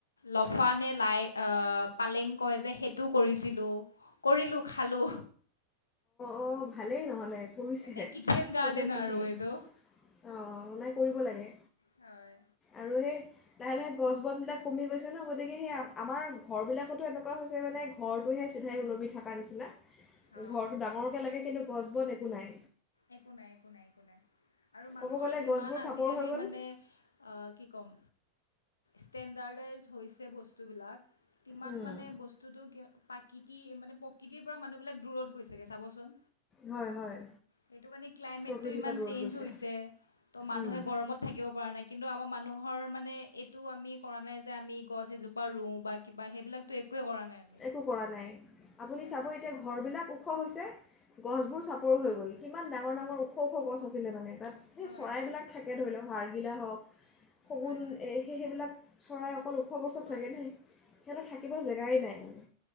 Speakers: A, on the left; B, on the left.
A: লফা নে লাই আহ পালেং কয় যে সেইটো কৰিছিলো কৰিলো খালো
B: অ ভালেই নহলে কৰিছেহে
A: এনেই কিটচেন গাৰ্ডেন
B: যথেষ্টখিনি
A: আৰু এইটো
B: অঁ নাই কৰিব লাগে,
A: হয়
B: আৰু সেই লাহে লাহে গছ বনবিলাক কমি গৈছে ন গতিকে সেই আমাৰ ঘৰবিলাকতো এনেকুৱা হৈছে মানে ঘৰটোহে চিধাই ওলমি থকাৰ নিচিনা
A: অঁ
B: ঘৰটো ডাঙৰ লাগে কিন্তু গছ বন একো নাই
A: একো নাই একো নাই একো নাই আৰু মানুহৰ
B: ক'ব গ'লে
A: যিমান
B: গছবোৰ
A: আজিকালি
B: চাপৰ হৈ গ'ল
A: মানে, আ কি ক'ম ষ্টেণ্ডাৰ্ডাইজ হৈছে বস্তুবিলাক কিমান
B: উম,
A: মানে বস্তুতটো ক প্ৰাকৃতি মানে প্ৰকৃতিৰ পৰা মানুহ বিলাক দূৰত গৈছেগে চাবচোন
B: হয় হয়
A: সেইটো কাৰণে ক্লাইমেটটো
B: প্ৰকৃতিৰ
A: ইমান
B: পৰা দূৰত
A: চেঞ্জ
B: গৈছে
A: হৈছে। ত মানুহে
B: উম
A: গৰমত থাকিব পৰা নাই কিন্তু আমাৰ মানুহৰ মানে এইটো আমি কৰা নাই যে আমি গছ এজোপা ৰুওঁ বা কিবা সেইবিলাকতো একোৱেই কৰা নাই আমি
B: একো কৰা নাই আপুনি
A: হয়
B: চাব এতিয়া ঘৰবিলাক ওখ হৈছে গছবোৰ চাপৰ হৈ গ'ল কিমান ডাঙৰ ডাঙৰ ওখ ওখ গছ আছিলে মানে তাত সেই
A: হয়
B: চৰাইবলাক থাকে ধৰি লওক হয় <unintelligible>
A: হয় হয়
B: চৰাইঅক অকল ওখ গছত
A: হয়
B: থাকে দেই সিহঁতৰ থাকিব জেগাই নাই মানে